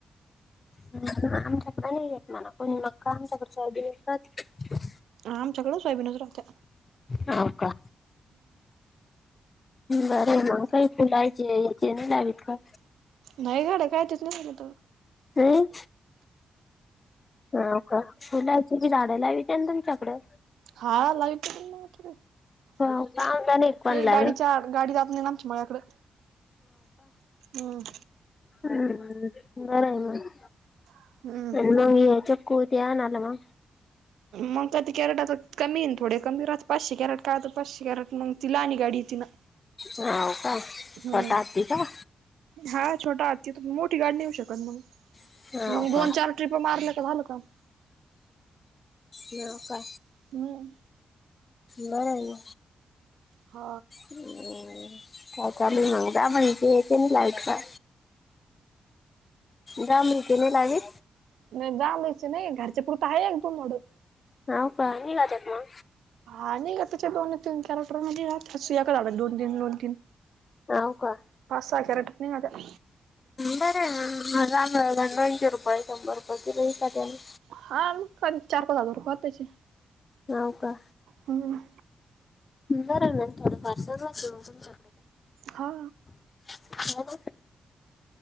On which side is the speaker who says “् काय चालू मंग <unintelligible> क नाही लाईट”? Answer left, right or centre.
Left